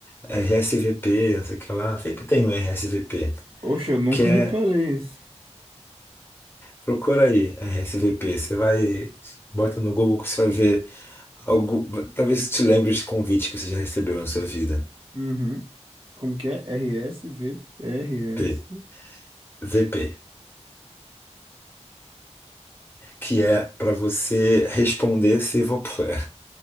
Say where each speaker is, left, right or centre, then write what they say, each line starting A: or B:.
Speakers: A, on the left (about 20°); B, on the right (about 50°).
A: RSVP, não sei o que lá, sempre tem um RSVP,
B: Oxe, eu nunca
A: que é,
B: reparei isso.
A: procura aí, RSVP, você vai, bota no Google que você vai ver, algo, talvez te lembre de convite que você já recebeu na sua vida,
B: Uhum. Como que é? RSV, RS.
A: P, VP, que é para você responder s'il vous plaît.